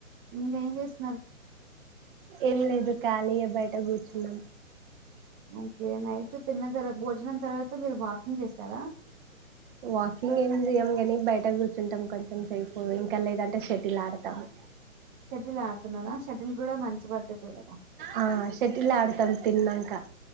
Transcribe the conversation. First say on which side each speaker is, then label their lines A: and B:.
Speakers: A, on the right; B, on the right.
A: ఇంకేం చేస్
B: ఏం లేదు ఖాళీయే బయట కూర్చున్నాం
A: ఓకే నైట్ తిన్న తర్వా భోజనం తర్వాత మీరు వాకింగ్ చేస్తారా
B: వాకింగ్ ఏం చేయ్యం కాని బయట కూర్చుంటాం కొంచెం సేపు ఇంకా లేదంటే షటిల్ ఆడతాము
A: షటిల్ ఆడుతున్నారా షటిల్ కూడా మంచి పద్ధతే కదా
B: ఆ షటిల్ ఆడుతం తిన్నంక